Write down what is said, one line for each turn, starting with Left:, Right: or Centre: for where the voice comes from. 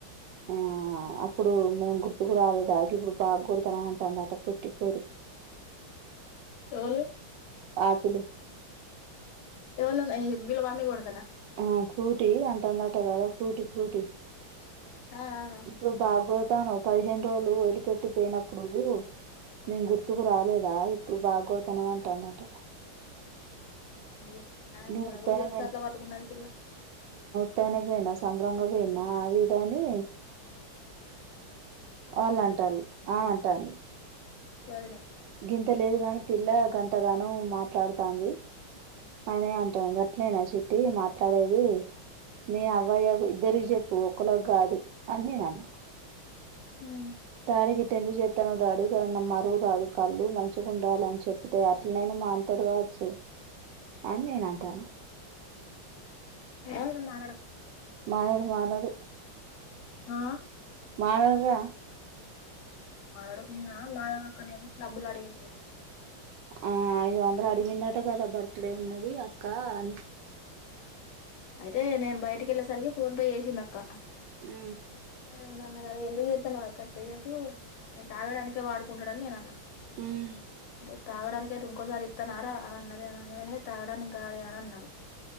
Right: ఆ అప్పుడు మేము గుర్తుకు రాలేదా గిప్పుడు బాగా కొడుతాన్నవు అంటందట పొట్టిపోరి.
Left: ఎవళు
Right: ఆకులు
Left: వీళ్ళ నై వీళ్ళ మమ్మీ కొడు
Right: ఆ ఫ్రూటి అంటాందట కదా ఫ్రూటి ఫ్రూటి
Left: ఆ ఆ
Right: ఇప్పుడు బాగ్గొడ్ తానవ్ పదిహేను రోజులు వదిలిపెట్టి పోయినప్పుడు, నేన్ గుర్తుకు రాలేదా ఇప్పుడు బాగ్గొడ్తాన్నావ్ అంటాందట.
Left: అయ్యో ఆమెకు
Right: నేను
Left: ఎవళు
Right: ఉత్తగనే
Left: జెప్తే అట్ల పట్టుకున్నది పిల్ల
Right: తయనికి బోయిన్నా, సంభ్రంగా బోయిన్నా, అది ఇదనీ వాళ్ళు అంటాలు ఆమె అంటాంది.
Left: వదినే
Right: గింత లేదు గాని పిల్లా గంతగానం మాట్లాడుతంది అనీ అంటాం గట్లేనా చిట్టీ మాట్లాడేది మీ అవ్వ అయ్యకు ఇద్దరికి జెప్పు ఒకళ్ళకి గాదు అని నేను అన్న.
Left: హ్మ్
Right: డాడీ గిట్టెందుకు జేత్తానవ్ డాడీ గా మమరువు రాదు కల్లు మంచిగా ఉండాలే అని చెప్పితే అట్లనైన మానుతడు కావచ్చు. అని నేను అంటాన
Left: అనా మారడక్క
Right: మానరు మానరు
Left: ఆా
Right: మరా
Left: మారడు నిన్నమాధవి అక్కనేమో డబ్బులు అడిగిండు మొన్న
Right: ఆ ఐదు వందలు అడిగిండాట కదా బర్త్ డే ఉన్నది కాని
Left: అయితే నేను బయటికి వెళ్ళేసరికి ఫోన్ పే చేసిందిక్క
Right: అ
Left: ఉండి అన్న కదా ఎందుకు చేస్తాను అక్క చెయ్యకు ఆయన తాగడానికే వాడుకుంటాడని నేన అన్నా
Right: ఉమ్
Left: ట్ తాగడానినికి అయితే ఇంకోసారి ఇస్తనారా అని అన్నది అన తాగడానికి కాదే అని అన్నాడు